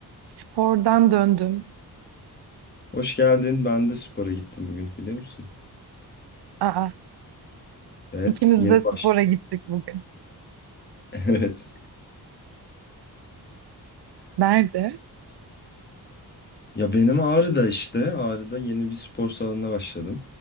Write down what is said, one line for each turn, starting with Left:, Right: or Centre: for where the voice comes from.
Right: Spordan döndüm.
Left: Hoş geldin. Ben de spora gittim bugün biliyor musun?
Right: Aa,
Left: Evet,
Right: ikimiz
Left: yeni
Right: de spora
Left: baş. <laughs>
Right: gittik bugün.
Left: Evet.
Right: Nerede?
Left: Ya benim Ağrı'da işte. Ağrı'da yeni bir spor salonuna başladım.